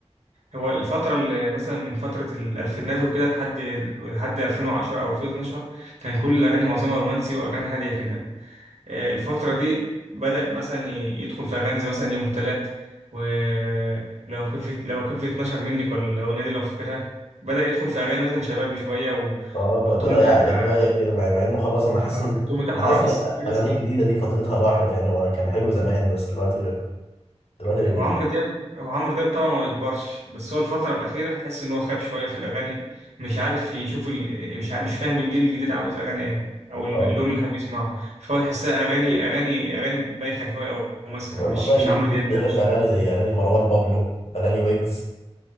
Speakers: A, on the right (about 80°); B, on the left (about 60°).
A: هو الفترة اللي مثلا من فترة الألفينات وكده لحد لحد 2010 أو 2012 كان كل الأغاني معظمها رومانسي وأغاني هادية كده آه، الفترة دي بدأ مثلا ي- يدخل في أغاني زي مثلا يوم تلات ولو كان في لو كان في 12 منك ولا الأغنية دي لو فاكرها بدأ يدخل في أغاني مثلا شبابي شوية و...
B: اه ب-
A: والتون
B: بدا
A: بتاعها
B: يع- يتغير كده مع مع انه خلاص انا حاسس
A: آه،
B: ان
A: التون بتاعها
B: انا حاسس
A: رقص
B: ان
A: في
B: اغانيه الجديده دي فترتها راحت يعني هو كان حلو زمان بس دلوقتي دلوقتي
A: هو عمرو دياب هو عمرو دياب طبعا ما بيكبرش بس هو الفترة الأخيرة تحس إن هو خاب شوية في الأغاني مش عارف يشوف ال... مش عارف مش فاهم الجيل الجديد عاوز أغاني إيه أو ال-
B: آه،
A: اللون اللي حابب يسمعه فهو تحسها أغاني أغاني أغاني بايخة شوية أو ماسخة
B: الرأي
A: مش مش
B: الجيل
A: عمرو
B: الجديد
A: دياب
B: بيحب
A: ده مش
B: أغاني زي أغاني مروان بابلو أغاني ويجز